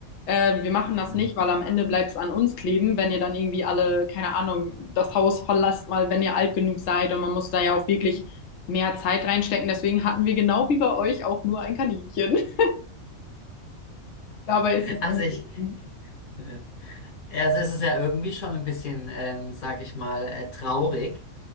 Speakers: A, on the left; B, on the left.
A: äh, wir machen das
B: Hm.
A: nicht, weil am Ende bleibt es an uns kleben, wenn ihr dann irgendwie alle, keine Ahnung, das Haus verlasst mal, wenn ihr alt genug seid und man muss da ja auch wirklich mehr Zeit reinstecken. Deswegen hatten wir genau wie bei euch auch nur ein Kaninchen. <laughs> Dabei ist es
B: Also
A: dann
B: ich,
A: gewesen.
B: äh, also es ist ja irgendwie schon ein bisschen, ähm, sag ich mal, äh, traurig,